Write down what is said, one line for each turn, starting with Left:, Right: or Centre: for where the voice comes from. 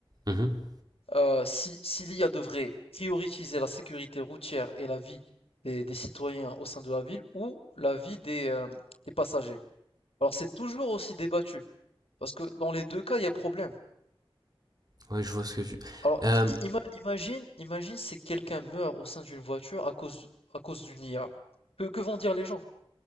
Right: Mhm.
Left: Heu, si si l'IA devrait prioriser la sécurité routière et la vie des des citoyens au sein de la ville ou la vie des, hem, des passagers? Alors c'est toujours aussi débattu, parce que dans les deux cas, il y a problème.
Right: Ouais, je vois ce que tu...
Left: Alors
Right: Euh,
Left: i- i-
Right: p-
Left: ima- imagine, imagine si quelqu'un meurt au sein d'une voiture à cause, à cause d'une IA. Que, que vont dire les gens?